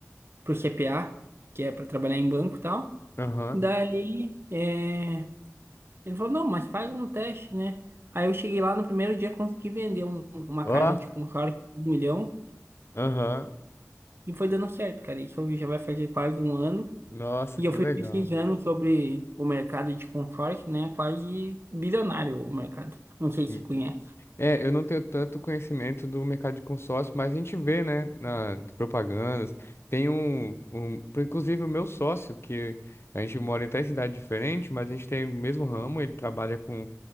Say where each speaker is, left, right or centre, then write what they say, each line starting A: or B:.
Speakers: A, on the right; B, on the left.
A: pro CPA, que é para trabalhar em banco e tal.
B: Aham.
A: Daí é, ele falou, não, mas faz um teste, né? Aí eu cheguei lá no primeiro dia, consegui vender um- uma
B: Ó,
A: casa de consórcio de um milhão.
B: aham.
A: E foi dando certo, cara. Isso já vai fazer quase um ano.
B: Nossa,
A: E
B: que
A: eu fui
B: legal.
A: pesquisando sobre o mercado de consórcio, né? Quase bilionário o mercado. Não sei
B: Hum.
A: se conhece.
B: É, eu não tenho tanto conhecimento do mercado de consórcio, mas a gente vê, né, nas propagandas. Tem um, um, inclusive o meu sócio, que a gente mora em três cidade diferente, mas a gente tem o mesmo ramo, ele trabalha com,